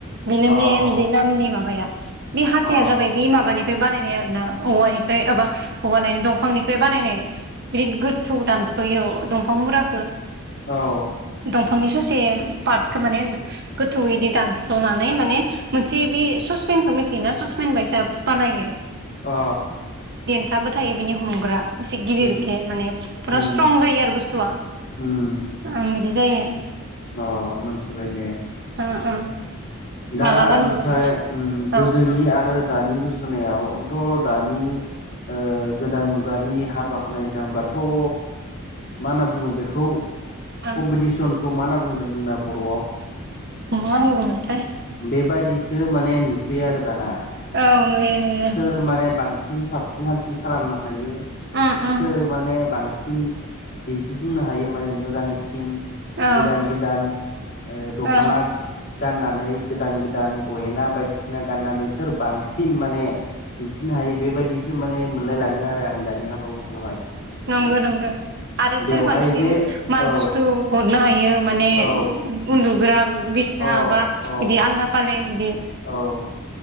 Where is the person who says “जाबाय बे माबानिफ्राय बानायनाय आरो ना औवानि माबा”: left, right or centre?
Right